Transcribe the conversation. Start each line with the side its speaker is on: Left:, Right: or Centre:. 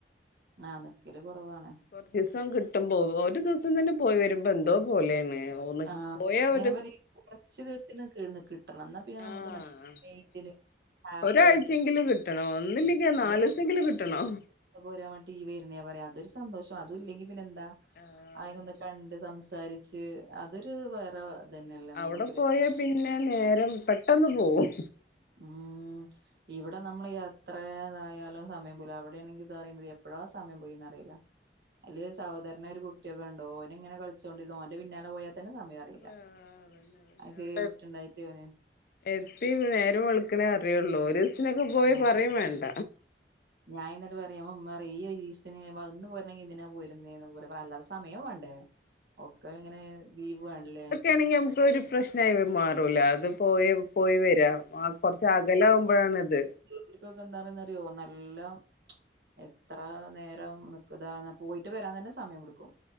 Right: ആ നിക്കൽ കുറവാണ്.
Left: കുറച്ച് ദിവസം കിട്ടുമ്പോ ഒരു ദിവസം തന്നെ പോയി വരുമ്പോ എന്തോ പോലെയാണ് ഒന്ന്
Right: ആഹ
Left: പോയാ
Right: അങ്ങനെ
Left: ഒരു
Right: വുമ്പര് കുറച്ചു ദിവസത്തിന കേന്ന് കിട്ടണം എന്നാ പിന്നെ നമുക്ക്
Left: ആഹ്
Right: നല്ല മെയിന്റയിൻ ഹാപ്പി
Left: ഒരാഴ്ചെങ്കിലും
Right: ആയിട്ട്
Left: കിട്ടണോ ഒന്നില്ലെങ്കോ നാല്
Right: എന്നിട്ട്
Left: ദിവസെങ്കിലും കിട്ടണം
Right: <unintelligible> വരുന്ന പറയാ അതൊരു സന്തോഷം അതുംല്ലെങ്കിൽ പിന്നെന്താ
Left: ആഹ് അതന്നെ
Right: അയിനെ
Left: അതന്നെ
Right: കണ്ട് സ സംസാരിച്ച് അതൊരു വേറെ ഇതന്നെയല്ലേ നമുക്കൊരു
Left: അവിടെ പോയ പിന്നെ നേരം പെട്ടെന്ന് പോവും.
Right: ഉം ഇവിടെ നമ്മൾ എത്ര ഏതായാലും സമയം പോവൂല അവിടെയാണെങ്കിൽ ഇത് പറയുമ്പോ എപ്പോഴ സമയം പോയിന്നറിയില്ല അല്ല്യ സഹോദര ഓന് ഒരു കുട്ടിയൊക്ക ഉണ്ടോ ഓന് ഇങ്ങെ കളിച്ചുകൊണ്ടിരുന്നാ ഓന്റെ പിന്നാലെ പോയാൽ തന്നെ സമയ
Left: അതന്നെ
Right: യില്ല
Left: അതന്നെ
Right: ചെറിയ
Left: അവിടെ
Right: കുട്ടുണ്ടായിട്ട് അവന്
Left: എത്തി നേരം വളിക്കണേ അറിയുള്ളൂ ഒരു ദിവസനൊക്കെ പോയി
Right: ആ
Left: പറയും വേണ്ട
Right: ഞാൻ എന്നട്ട പറയാേ പറ ഈസ ഒന്ന് പോയിരണ്ടെി എന്തിനാ പോയി പറ പറ അല്ലാത്ത സമയവും വേണ്ടേ ഒക്കെ ഇങ്ങനെ ദീപ് വേണല്ലേ
Left: ആണെിൽ നാമൊരു പ്രശ്ം മാറൂല അത് പോയി പോയി വരാ ആ കൊറച്ച അകലകുമ്പോഴാണ ഇത്
Right: വീട്ടക്കൊക്കെ എന്താ പറുന്നറിയോ നല്ല എത്ര നേരം നക്ക്താ പോയിട്ട് വരാൻ തന്നെ സമയം കൊടുക്കും